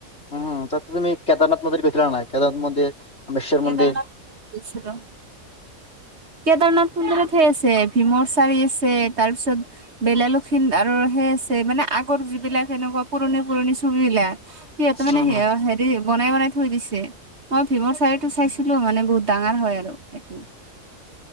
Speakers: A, on the left (about 50°); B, on the right (about 50°).
A: উম, তাত তুমি কেদাৰনাথ মন্দিৰ গৈছিলা নে নাই, কেদাৰনাথ মন্দিৰ? বিশ্বৰ মন্দিৰ
B: কেদাৰনাথ গৈছিলো। কেদাৰনাথ মন্দিৰত সেই আছে, ভীমৰ চাৰি আছে, তাৰপিছত বেওলা লক্ষিন্দ আৰু সেই আছে, মানে আগৰ যিবিলাক এনেকুৱা পুৰণি পুৰণি ছবি বিলাক সিহঁতে মানে
A: উম
B: সেয়া বনাই বনাই থৈ দিছে। মই ভীমৰ চাৰিটো চাইছিলো মানে, বহুত ডাঙৰ হয় আৰু এইটো